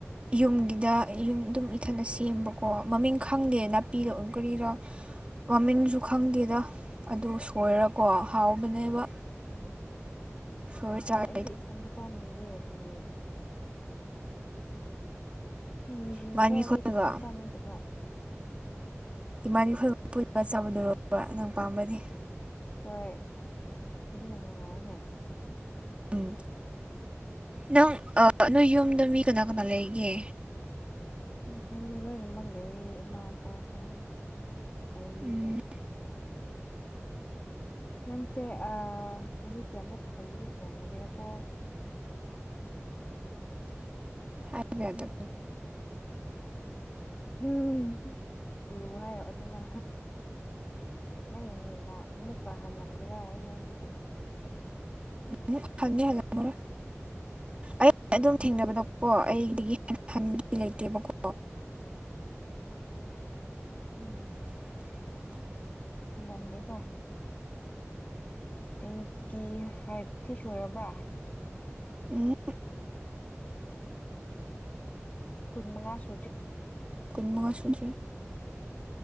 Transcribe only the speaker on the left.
ꯎꯝ
ꯑꯣ
ꯑꯩꯗꯤ ꯏꯊꯟꯗ ꯆꯥꯅꯤꯡꯗꯦ ꯃꯤꯃꯤ ꯃꯤꯁꯤꯡꯁꯨ
ꯆꯥꯔ
ꯏꯊꯟꯗ ꯇꯥꯅꯤꯡꯗꯕ
ꯍꯣꯏ ꯑꯗꯨꯅꯤ ꯅꯨꯡꯉꯥꯏꯅꯦ
ꯎ ꯐꯣꯏꯃꯤ ꯂꯣꯏꯅꯃꯛ ꯂꯩꯌꯦ ꯏꯃꯥ ꯏꯄꯥꯈꯣꯏ ꯑꯗꯨꯝ ꯂꯩꯌꯦ
ꯅꯪꯁꯦ ꯆꯍꯤ ꯀꯌꯥꯃꯨꯛ ꯀꯨꯝꯕꯗꯤ ꯁꯨꯔꯝꯃꯒꯦꯔꯀꯣ
ꯎꯝ ꯇꯂꯨ ꯍꯥꯏꯔꯛꯑꯣ ꯑꯗꯨꯅ ꯅꯪꯅ ꯍꯦꯟꯅ ꯑꯃꯨꯛꯀ ꯍꯜꯂꯝꯒꯦꯔ ꯑꯩꯉꯣꯟꯗꯒꯤ
ꯎꯝ
ꯑꯝꯅꯤꯗ ꯇ꯭ꯋꯦꯟꯇꯤ ꯐꯥꯏꯚꯇꯤ ꯁꯨꯔꯕ
ꯀꯨꯟ ꯃꯉꯥ ꯁ